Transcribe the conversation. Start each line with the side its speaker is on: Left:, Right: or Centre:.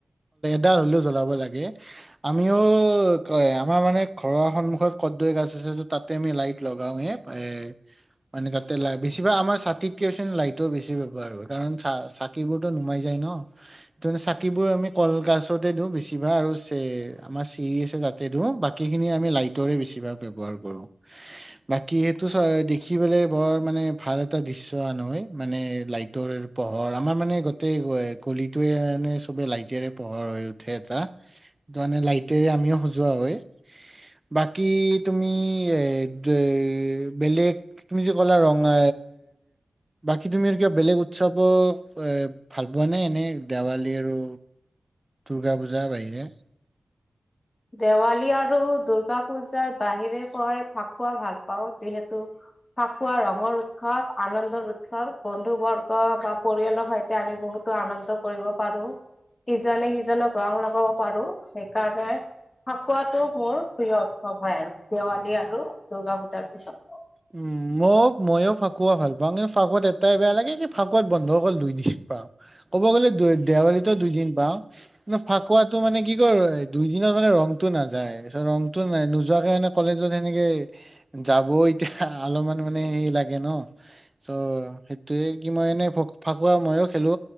Right: ড হ'লেও জ্বলাব লাগে আমিওঁ ক আমাৰ মানে ঘৰৰ সন্মুখত কদৈ গাছ আছে ত তাতে আমি লাইট লগাওৱে এ মানে তাতে ল বেছিভাগ আমাৰ ছাতিতকছে লাইটৰ বেছি ব্যৱহাৰৰ কাৰণ চ চাকিবোৰতো নুমাই যায় ন সেইে চাকিবোৰ আমি কলগছতে দিও বেছিভাগ আৰু চ আমাৰ চিৰি আছে তাতে দিও বাকী খিনি আমি লাইটৰে বেছিভাগ ব্ৱহাৰ কৰো বাকি সেইটো চ দেখিবলে বৰ মানে ভাল এটা দৃশ্য আন হয় মানে লট পোহৰ আমাৰ মানে গোটেই গলিটোয়ে মানে চবে লাইটৰে পোহৰ হৈ উঠে এটা তানে লাইটৰে আমিও সজোৱা হয় বাকী তুমি এ বেলেগ তুমি যে কলা ৰঙা বাকি তুমি আৰু কিবা বেলেগ উৎসৱৰ এ ভাল পোৱা নাই এনেই দেৱালী আৰু দুৰ্গা বুজা যাই না
Left: দেৱালী আৰু দুূৰ্গা পূজাৰ বাহিৰে পই ফাকুৱা ভাল পাওঁ যিহেতু ফাকুৱা ৰঙৰ উৎসৱ আনন্দৰ উৎসৱ বন্ধু বৰ্গ বা পৰিয়ালৰ সৈতে আমি বহুতো আনন্দ কৰিব পাৰো ইজনে সিজনক ৰং লগাব পাৰো সেইকাৰণে ফাকুৱাটো মোৰ প্ৰিয় উৎসৱ হয় আৰু দেৱালী আৰু দুূৰ্গা পূজাৰ পিছত
Right: উম ময় ময়ো ফাকুৱা ভাল পাওঁ কিন্তু ফাকুৱাত এটাই বেয়া লাগে কি ফাকুৱাত বন্ধসকল দুই দিন পাওঁ ক'ব গ'লে দেৱালীতো দুইদিন পাওঁ ন ফাককুৱাাতটো মানে কি কৰ দুই দিনত মানে ৰংতটো নাযায় তাৰিত ৰংটো নাই নোযোৱাকে মানে কলেজত সেনেকে যাব এয়া অলপমান মানে হে লাগে ন চ' সেইটয়ে কি মই এনেই ফাকুৱা মইো খেলো